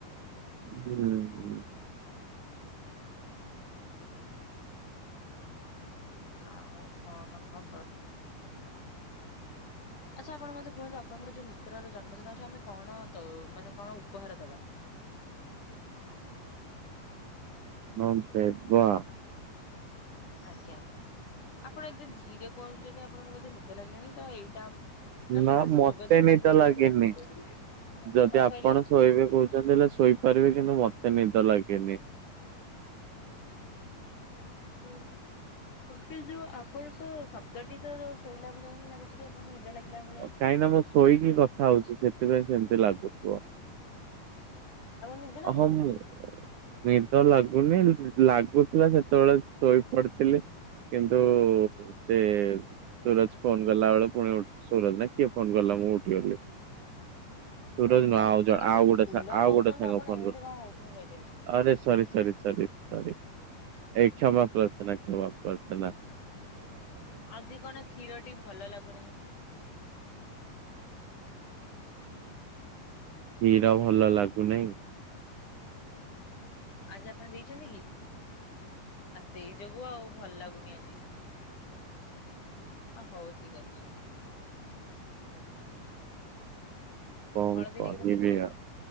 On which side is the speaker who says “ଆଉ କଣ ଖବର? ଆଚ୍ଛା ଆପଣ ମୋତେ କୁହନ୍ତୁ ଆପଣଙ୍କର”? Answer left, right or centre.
Left